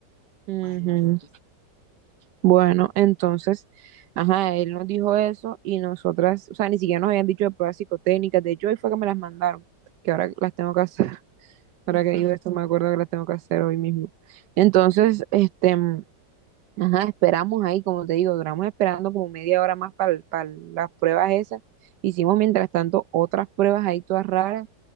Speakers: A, on the right; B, on the right.
A: Ujú.
B: Imagínate tú.
A: Bueno, entonces, ajá, él nos dijo eso y nosotras, o sea, ni siquiera nos habían dicho de pruebas psicotécnicas. De hecho, hoy fue que me las mandaron, que ahora las tengo que hacer. <laughs>
B: <laughs>
A: Ahora que digo esto, me acuerdo que las tengo que hacer hoy mismo. Entonces, este, mm, ajá, esperamos ahí, como te digo, duramos esperando como media hora más para las pruebas esas. Hicimos mientras tanto otras pruebas ahí todas raras